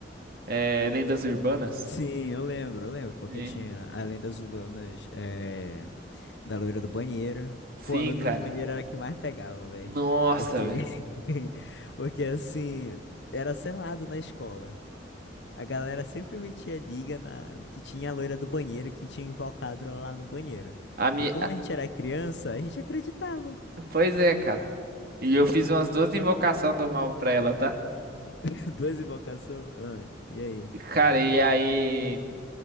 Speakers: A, on the right; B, on the left.
A: É, lendas urbanas.
B: Sim, eu lembro, eu lembro, porque
A: É.
B: tinha as lendas urbanas é, da loira do banheiro. Pô,
A: Sim,
B: a loira
A: cara.
B: do banheiro era a que mais pegava, velho.
A: Nossa,
B: Porque.
A: velho.
B: <laughs> Porque assim, era selado na escola. A galera sempre metia liga na que tinha a loira do banheiro que tinha invocado ela lá no banheiro.
A: A minha...
B: E como a gente era criança, a gente acreditava.
A: Pois é, cara. E eu fiz umas duas invocações do mal pra ela, tá?
B: <laughs> Duas invocações. Ah, e aí?
A: Cara, e aí.